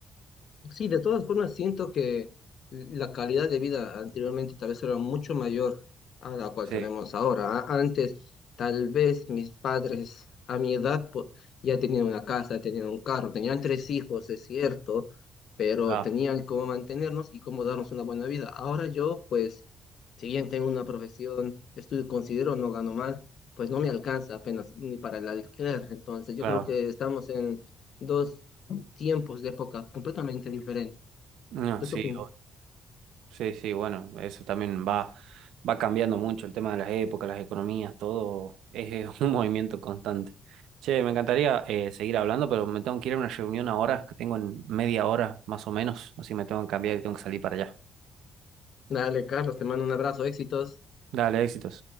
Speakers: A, on the left; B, on the right.
A: Sí, de todas formas siento que la calidad de vida anteriormente tal vez era mucho mayor a la cual
B: Sí,
A: tenemos ahora. A- Antes, tal vez mis padres a mi edad po- ya tenían una casa, tenían un carro, tenían tres hijos, es cierto, pero
B: claro,
A: tenían cómo mantenernos y cómo darnos una buena vida. Ahora yo, pues, si bien tengo una profesión, estudio, considero, no gano mal, pues no me alcanza apenas ni para el alquiler. Entonces
B: claro.
A: yo creo que estamos en dos tiempos de época completamente diferentes.
B: No,
A: ¿Tú
B: sí,
A: qué opinas?
B: obvio. Sí, sí, bueno, eso también va, va cambiando mucho el tema de las épocas, las economías, todo es, es un <laughs> movimiento constante. Che, me encantaría eh, seguir hablando, pero me tengo que ir a una reunión ahora, que tengo en media hora más o menos, así me tengo que cambiar y tengo que salir para allá.
A: Dale, Carlos, te mando un abrazo, éxitos.
B: Dale, éxitos.